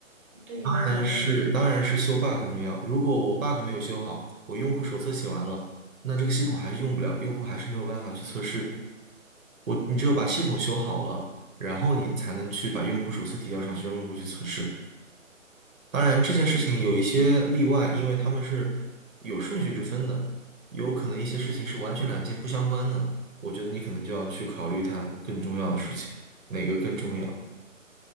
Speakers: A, on the right (about 35°); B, on the right (about 75°).
A: 对你觉得哪个更重
B: 当然是，当然是修 bug 更重要。如果我 bug 没有修好，我用户手册写完了，那这个系统还是用不了，用户还是没有办法去测试。我，你只有把系统修好了，然后你才能去把用户手册提交上去，让用户去测试。当然，这件事情有一些例外，
A: 要你
B: 因为他们是有顺序之分的，有可能一些事情是完全两件不相关的。我觉得你可能就要去考虑它更重要的事情，哪个更重要。